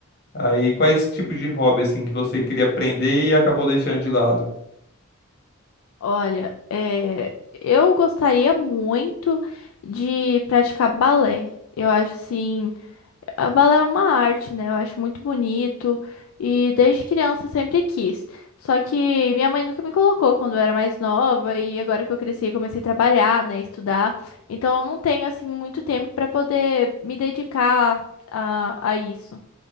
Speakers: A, on the left; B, on the left.
A: Aí, quais tipo de hobby assim que você queria aprender e acabou deixando de lado?
B: Olha, é, eu gostaria muito de praticar balé. Eu acho assim. A balé é uma arte, né? Eu acho muito bonito e desde criança eu sempre quis. Só que minha mãe nunca me colocou quando eu era mais nova e agora que eu cresci, eu comecei a trabalhar, né, estudar. Então eu não tenho assim muito tempo para poder me dedicar a, a isso.